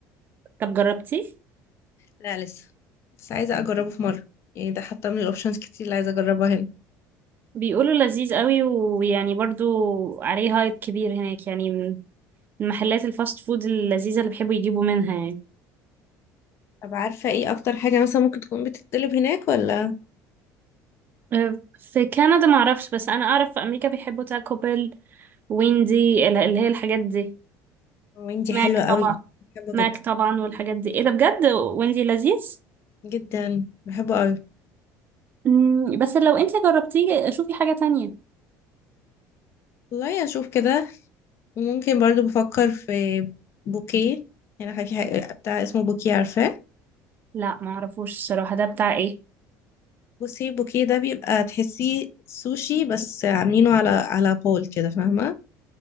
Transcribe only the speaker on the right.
طب جربتيه؟
بيقولوا لذيذ قوي ويعني برضو عليه هايب كبير هناك يعني من محلات الفاست فود اللذيذة اللي بيحبوا يجيبوا منها يعني
أه، في كندا ما اعرفش بس انا اعرف في امريكا بيحبوا تاكو بيل ويندي ال- اللي هي الحاجات دي
ماك
طبعا
ماك
طبعا والحاجات دي ايه ده بجد ويندي لذيذ
مم، بس لو انت جربتيه شوفي حاجة تانية
لا ما اعرفوش الصراحة ده بتاع ايه